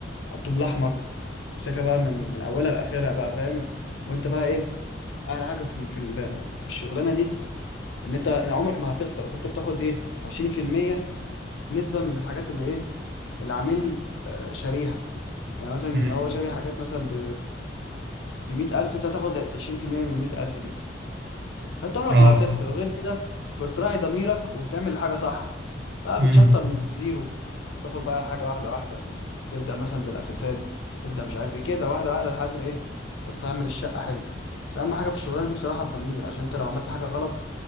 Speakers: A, on the left; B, on the right.
A: الطوب الأحمر تمسكها بقى من من أولها لآخرها بقى فاهم وأنت بقى إيه أعلى حاجة في في ال- في الشغلانة دي ان انت عمرك ما هتخسر اصل انت بتاخد ايه 20% نسبة من الحاجات اللي ايه العميل آه، شاريها يعني مثلا
B: امم
A: هو شاري حاجات مثلا ب 100000 انت هتاخد 20% من 100000 دي فانت عمرك
B: اه
A: ما هتخسر غير كده بتراعي ضميرك وبتعمل الحاجه صح بقى
B: امم
A: بتشطب من الزيرو تاخد بقى حاجه واحده واحده تبدا مثلا بالاساسات تبدا مش عارف ايه كده واحده واحده لحد ما ايه ما تعمل الشقه حلو بس اهم حاجه في الشغلانه دي بصراحه الضمير عشان انت لو عملت حاجه غلط